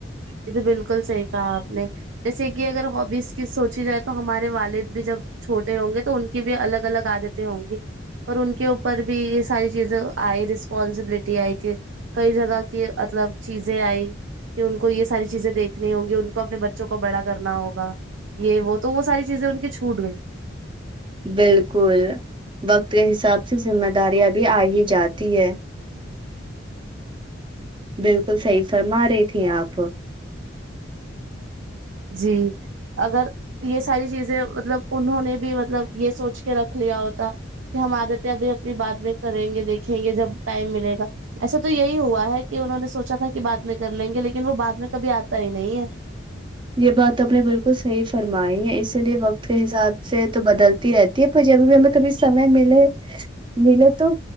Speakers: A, on the right (about 80°); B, on the right (about 25°).
A: یہ تو بالکل صحیح کہا آپ نے جیسے کہ اگر ہوبیز کہ سوچی جائے تو ہمارے والد بھی جب چھوٹے ہوں گے تو ان کی بھی الگ الگ عادتیں ہوں گی پر ان کے اوپر بھی یہ ساری چیزیں آئی رسپانسبلٹی آئی کہ کئی جگہ کی مطلب چیزیں آئی کہ کو یہ ساری چیزیں دیکھنی ہوں گی ان کو اپنے بچوں کو بڑا کرنا ہوگا یہ وہ تو وہ ساری چیزیں ان کی چھوٹ گئی
B: بالکل وقت کے حساب سے ذمہ داریاں بھی آ ہی جاتی ہے بالکل صحیح فرما رہی تھی آپ
A: جی اگر یہ ساری چیزیں مطلب انہوں نے بھی مطلب یہ سوچ کے رکھ لیا ہوتا کہ ہم آ دیتے ہیں ابھی اپنی بات میں کریں گے دیکھیں گے جب ٹائم ملے گا ایسا تو یہی ہوا ہے کہ انہوں نے سوچا تھا کہ بعد میں کر لیں گے لیکن وہ بعد میں کبھی آتا ہی نہیں ہے
B: یہ بات آپ نے بالکل صحیح فرمائی ہے اسی لیے وقت حساب سے تو بدلتی رہتی ہے پر جب بھی ہمیں کبھی سمے ملے ملے تو